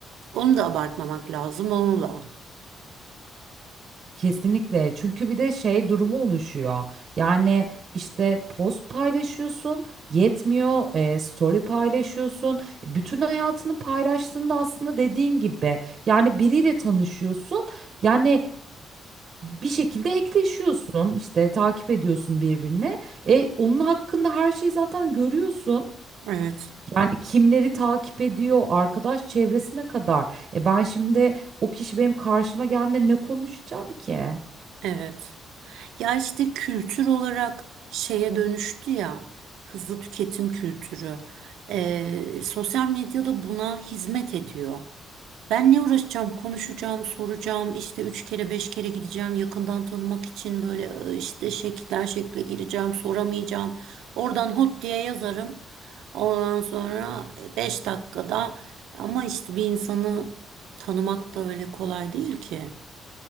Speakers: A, on the right (about 80°); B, on the right (about 50°).
A: Onu da abartmamak lazım, onu da.
B: Kesinlikle. Çünkü bir de şey durumu oluşuyor. Yani işte post paylaşıyorsun, yetmiyor, e, story paylaşıyorsun. Bütün hayatını paylaştığında aslında dediğin gibi yani biriyle tanışıyorsun. Yani bir şekilde ekleşiyorsun işte takip ediyorsun birbirine. E, onun hakkında her şeyi zaten görüyorsun.
A: Evet,
B: Yani kimleri takip ediyor, arkadaş çevresine kadar. E ben şimdi o kişi benim karşıma geldiğinde ne konuşacağım ki?
A: evet. Ya işte kültür olarak şeye dönüştü ya, hızlı tüketim kültürü. E, sosyal medyada buna hizmet ediyor. Ben ne uğraşacağım? Konuşacağım, soracağım, işte üç kere beş kere gideceğim yakından tanımak için böyle e, işte şekilden şekle gireceğim, soramayacağım. Oradan hot diye yazarım. Ondan sonra e, beş dakikada ama işte bir insanı tanımak da öyle kolay değil ki.